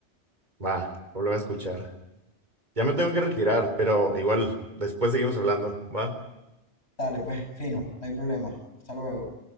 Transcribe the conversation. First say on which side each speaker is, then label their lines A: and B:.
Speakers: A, on the right; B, on the left.
A: Va, lo voy a escuchar. Ya me tengo que retirar, pero igual, después seguimos hablando, ¿va?
B: Dale, pues, fino, no hay problema. Hasta luego.